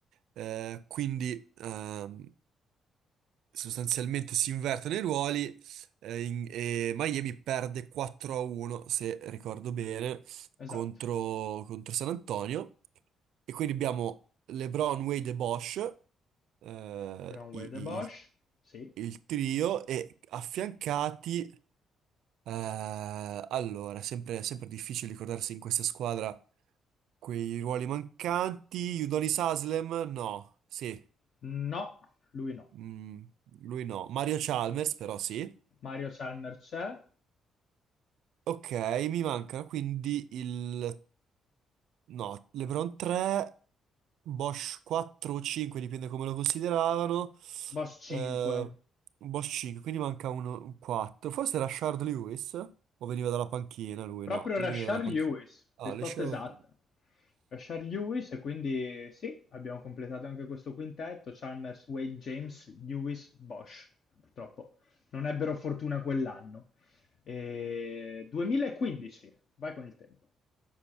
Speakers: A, on the right; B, on the left.
A: eh, quindi ehm, sostanzialmente si invertono i ruoli eh, in- e Miami perde 4 a 1, se ricordo bene, contro,
B: Esatto.
A: contro San Antonio. E quindi abbiamo LeBron, Wade e Bosch, eh,
B: LeBron
A: i-
B: Wade
A: i-
B: e Bosch?
A: il,
B: Sì.
A: il trio, e affiancati, eh, allora, sempre, sempre difficile ricordarsi in questa squadra Quei ruoli mancanti, Udonis Haslem? No, sì,
B: No, lui no.
A: Mm, lui no. Mario Chalmers però sì.
B: Mario Chalmers c'è.
A: Ok, mi mancano quindi il... No, LeBron 3, Bosch 4 o 5, dipende come lo consideravano.
B: Bosch 5.
A: Eh, Bosch 5, quindi manca uno, un 4. Forse era Shard Lewis? O veniva dalla panchina lui?
B: Proprio
A: No,
B: Rashard
A: lui veniva dalla panchina.
B: Lewis,
A: Ah,
B: risposta
A: le scelte.
B: esatta. Rashard Lewis, e quindi sì, abbiamo completato anche questo quintetto, Chalmers, Wade, James, Lewis, Bosch. Purtroppo non ebbero fortuna quell'anno. E 2015, vai con il tempo,